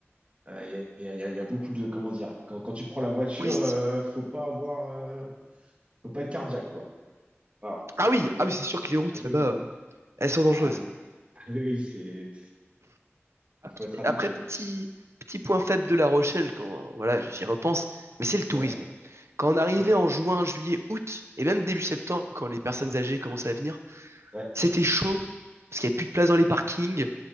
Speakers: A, on the right (about 30°); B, on the right (about 70°).
A: euh, Il y a, il y a- il y a- il y a beaucoup de... Comment dire? Quand, quand tu prends la voiture,
B: Touristes.
A: euh, faut pas avoir... euh, faut pas être cardiaque, quoi. Voilà.
B: Ah oui,
A: Mais...
B: ah oui, c'est sûr que les routes
A: Ah oui,
B: là-bas,
A: oui.
B: euh, elles sont dangereuses.
A: Ah oui, ah, oui, oui, c'est... Faut
B: Après,
A: faut être habitué,
B: après, petit,
A: quoi.
B: petit point faible de La Rochelle, quand voilà, j'y repense, mais c'est le tourisme.
A: Ouais,
B: Quand on arrivait
A: ouais,
B: en juin, juillet, août, et même début septembre, quand les personnes âgées commençaient à venir,
A: ouais,
B: c'était chaud, parce qu'il n'y avait plus de place dans les parkings,